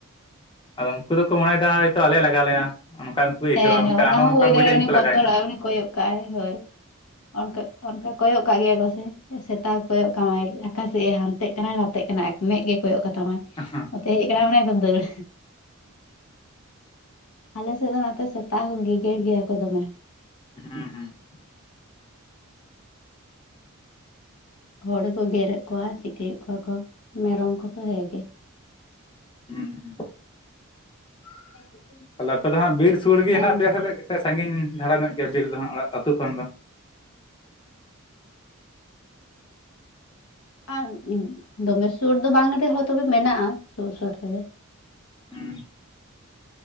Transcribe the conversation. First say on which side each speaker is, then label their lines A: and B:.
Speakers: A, on the left (about 20°); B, on the left (about 85°).
A: ᱟᱫᱚ ᱩᱱᱠᱩ ᱫᱚᱠᱚ ᱢᱚᱱᱮᱭᱮᱫᱟ ᱦᱚᱭᱛᱚ ᱟᱞᱮ ᱞᱟᱜᱟ ᱞᱮᱭᱟ ᱚᱱᱠᱟ ᱠᱚ ᱟᱹᱭᱠᱟᱹᱣᱟ
B: ᱦᱮᱸ
A: ᱢᱮᱱᱠᱷᱟᱱ
B: ᱚᱱᱟ
A: ᱟᱢ
B: ᱦᱚᱸ
A: ᱚᱱᱠᱟᱢ
B: ᱦᱳᱭ
A: ᱵᱩᱡᱟ
B: ᱫᱟᱲᱮᱭᱟᱜᱼᱟ
A: ᱤᱧ
B: ᱩᱱᱤ
A: ᱠᱚ ᱞᱟᱜᱟᱭᱤᱧᱟ
B: ᱵᱚᱛᱚᱨᱟᱜ ᱟᱭ ᱩᱱᱤ ᱠᱚᱭᱚᱜ ᱠᱟᱜᱼᱟᱭ ᱦᱳᱭ ᱚᱱᱠᱟ ᱚᱱᱠᱟ ᱠᱚᱭᱚᱜ ᱠᱟᱜ ᱜᱮᱭᱟ ᱠᱚᱥᱮ ᱥᱮᱛᱟ ᱦᱚᱸ ᱠᱚᱭᱚᱜ ᱠᱟᱢᱟᱭ ᱚᱠᱟᱥᱮᱫᱼ ᱮ ᱦᱟᱱᱛᱮᱜ ᱠᱟᱱᱟᱭ ᱱᱟᱛᱮᱜ ᱠᱟᱱᱟᱭ ᱮᱠ ᱢᱮᱜ ᱜᱮ ᱠᱚᱭᱚᱜ ᱠᱟᱛᱟᱢᱟᱭ
A: ᱟᱸᱦᱟ
B: ᱛᱮᱦᱮᱡ ᱠᱟᱱᱟ ᱢᱟᱱᱮ ᱫᱟᱹᱲ ᱟᱞᱮ ᱥᱮᱫ ᱫᱚ ᱱᱟ ᱥᱮᱛᱟᱜ ᱦᱚᱸ ᱜᱮᱜᱮᱨ ᱜᱮᱭᱟ ᱠᱚ ᱫᱚᱢᱮ
A: ᱦᱮᱸ ᱦᱮᱸ
B: ᱦᱚᱲᱠᱚ ᱜᱮᱨᱮᱫ ᱠᱚᱣᱟ ᱪᱤᱠᱟᱹᱭᱮᱫ ᱠᱚᱣᱟ ᱠᱚ ᱢᱮᱨᱚᱢ ᱠᱚᱫᱚ ᱦᱮᱸᱜᱮ
A: ᱦᱩᱸ
B: <unintelligible>
A: ᱛᱟᱦᱚᱞᱮ ᱟᱯᱮ ᱫᱚ ᱦᱟᱸᱜ ᱵᱤᱨ ᱥᱩᱨ ᱜᱮ
B: ᱦᱮᱸ
A: ᱦᱮᱸᱱᱟᱜ ᱯᱮᱭᱟ ᱥᱮ ᱥᱮ ᱥᱟᱺᱜᱤᱧ ᱫᱷᱟᱨᱟ ᱧᱚᱜ ᱜᱮᱭᱟ ᱵᱤᱨ ᱫᱚ ᱦᱟᱸᱜ ᱚᱲᱟᱜ ᱟᱹᱛᱩ ᱠᱷᱚᱱ ᱫᱚ
B: ᱟᱨ ᱫᱚᱢᱮ ᱥᱩᱨ ᱫᱚ ᱵᱟᱝ ᱨᱮᱦᱚᱸ ᱛᱚᱵᱮ ᱢᱮᱱᱟᱜᱼᱟ ᱥᱩᱨ ᱥᱩᱨ ᱨᱮᱜᱮ
A: ᱦᱮᱸ